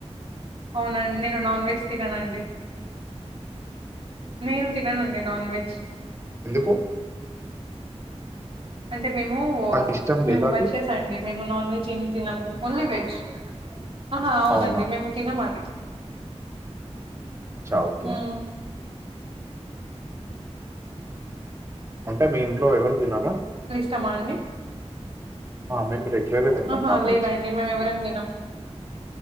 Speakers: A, on the right; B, on the right.
A: అవునండి నేను నాన్ వెజ్ తిననండి నేను తిననండి నాన్ వెజ్
B: ఎందుకు
A: అే మేము
B: అంటే ఇష్టం
A: మేము
B: లేదా అది
A: వైసేస అండి మేము నాన్ వెజ్ ఏమి తిన్నాము ఓన్లీ వెజ్ హా అవునండి
B: అవునా
A: మేము తినమాది
B: అచ్చా ఓకే
A: మ్మ్
B: ఉంటా మెయిన్ లో ఎవరు తినారా
A: సమాన్న్ని
B: ఆ మేము రెగ్యులర్గా తింటాం
A: ఆహా
B: నాన్
A: లేదండి
B: వెజ్
A: మేము ఎవరేం వినాం